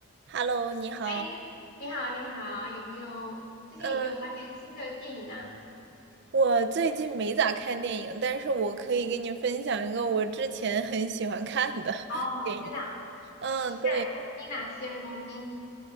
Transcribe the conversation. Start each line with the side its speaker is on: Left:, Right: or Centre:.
Right: Hello，你好。
Left: 哎，你你好，你好，有没有最近有没有发现新的电影呢？
Right: 嗯，我最近没咋看电影，但是我可以给你分享一个我之前很喜欢看的 <laughs>
Left: 哦，
Right: 电影。
Left: 真的啊
Right: 嗯，
Left: 洗耳恭听呐、
Right: 对，
Left: 洗耳恭听。